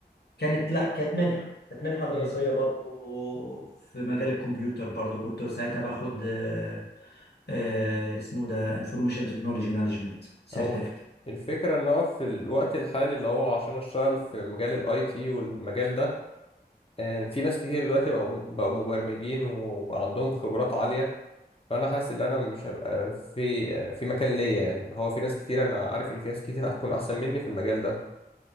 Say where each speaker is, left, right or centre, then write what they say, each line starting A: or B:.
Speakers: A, on the left; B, on the left.
A: كانت لا كانت منحه كانت منحه دراسيه
B: امم
A: برضو في مجال الكمبيوتر برضو كنت ساعتها باخد آه آه اسمه ده انفورميشن تكنولوجي مانجمنت سيرتيفيكت
B: هو الفكرة ان هو في الوقت الحالي اللي هو عشان اشتغل في مجال الاي تي والمجال ده يعني في ناس كتير دلوقتي بقوا م- بقوا مبرمجين وبقى عندهم خبرات عالية فانا حاسس ان انا مش هبقى في في مكان ليا يعني اللي هو في ناس كتير انا عارف ان في ناس كتير هتكون احسن مني في المجال ده